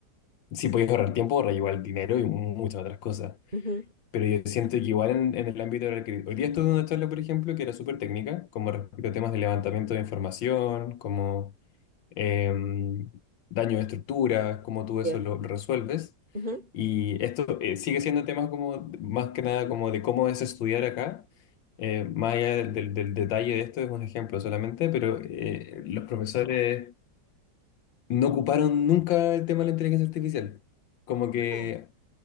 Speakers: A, on the left; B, on the right.
A: si podéis ahorrar tiempo, ahorrar igual dinero y mu- muchas otras cosas.
B: Ujú,
A: Pero yo siento que igual en, en el ámbito de la recre- Hoy día estuve en una charla, por ejemplo, que era súper técnica, como respecto a temas de levantamiento de información, como em, daño de estructura, cómo tú
B: Ya.
A: eso lo, lo resuelves.
B: Ujú.
A: Y esto eh, sigue siendo temas como, más que nada, como de cómo es estudiar acá. Eh, más allá del, del- del detalle de esto, es un ejemplo solamente, pero eh, los profesores no ocuparon nunca el tema de la inteligencia artificial. Como que
B: Ah,